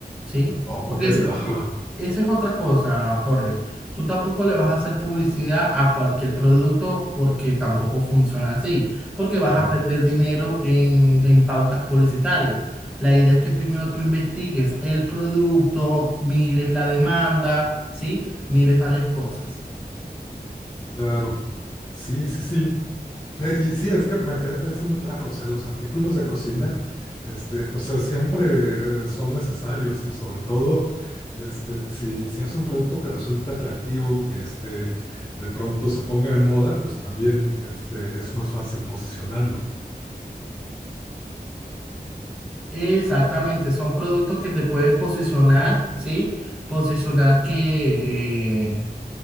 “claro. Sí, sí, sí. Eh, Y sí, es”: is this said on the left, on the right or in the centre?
Left